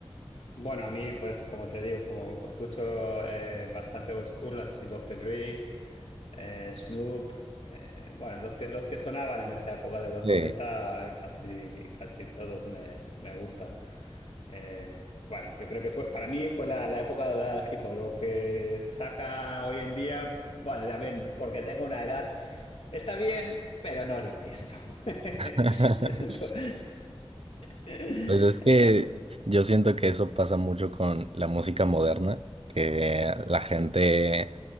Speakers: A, on the left (about 80°); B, on the right (about 75°).
A: Bueno, a mí, por eso, como te digo, como escucho eh, bastante old school, así Doctor Dre, eh, Snoop, eh, bueno, los que, los que sonaban en esa época de los
B: Sí.
A: noventa casi, casi todos me, me gustan. Eh, bueno, yo creo que fue, para mí fue la, la época dorada del hip hop. Lo que saca hoy en día, bueno, también porque tengo una edad, está bien, pero no es lo mismo. <laughs>
B: <laughs>
A: Es un po- <laughs>
B: Pues es que
A: Eso.
B: yo siento que eso pasa mucho con la música moderna, que la gente